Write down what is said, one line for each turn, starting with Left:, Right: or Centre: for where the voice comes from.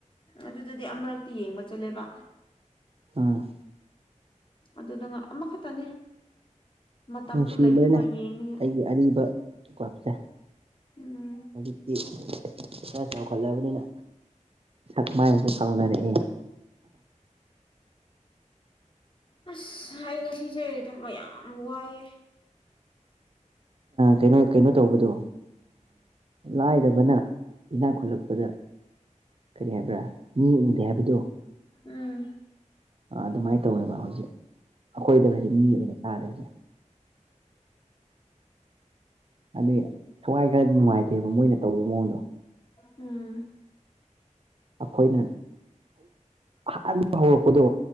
Left: ꯑꯗꯨꯗꯗꯤ ꯑꯃꯨꯔꯛꯇꯤ ꯌꯦꯡꯕ ꯆꯠꯂꯦꯕ
Right: ꯎꯝ
Left: ꯑꯗꯨ ꯅꯪ ꯑꯃꯈꯛꯇꯅꯦ ꯃꯇꯝꯁꯨ
Right: ꯅꯨꯡꯁꯤꯕ
Left: ꯂꯩꯇꯕ
Right: ꯂꯣꯏꯅ
Left: ꯌꯦꯡꯅꯤꯡꯉꯦ
Right: ꯑꯩꯒꯤ ꯑꯔꯤꯕꯀꯄꯁꯦ
Left: ꯎꯝ
Right: ꯍꯧꯖꯤꯛꯇꯤ ꯈꯔꯥ ꯆꯥꯎꯈꯠꯂꯕꯅꯤꯅ ꯁꯛꯃꯥꯏꯁꯨ ꯀꯎꯅꯔꯦꯍꯦ
Left: ꯑꯁ ꯑꯩ ꯉꯁꯤꯁꯦ ꯊꯕꯛ ꯌꯥꯝ ꯋꯥꯏꯑꯦ
Right: ꯀꯩꯅꯣ ꯀꯩꯅꯣ ꯇꯧꯕꯗꯣ ꯂꯥꯏꯔꯕꯅ ꯏꯅꯥꯛ ꯈꯨꯜꯂꯛꯄꯗ ꯀꯔꯤ ꯍꯥꯏꯕ꯭ꯔꯥ ꯃꯤ ꯎꯗꯦ ꯍꯥꯏꯕꯗꯣ
Left: ꯎꯝ
Right: ꯑꯗꯨꯃꯥꯏꯅ ꯇꯧꯋꯦꯕ ꯍꯧꯖꯤꯛ ꯑꯩꯈꯣꯏꯗꯒꯁ ꯃꯤ ꯑꯣꯏꯅ ꯆꯥꯗꯦ ꯍꯧꯖꯤꯛ ꯑꯗꯨꯗꯤ ꯁꯋꯥꯏ ꯈꯔꯗꯤ ꯅꯨꯡꯉꯥꯏꯇꯦꯕ ꯃꯣꯏꯅ ꯇꯧꯔꯤꯕ ꯃꯑꯣꯡꯗꯣ
Left: ꯎꯝ
Right: ꯑꯩꯈꯣꯏꯅ ꯑꯍꯥꯟꯕ ꯍꯧꯔꯛꯄꯗꯣ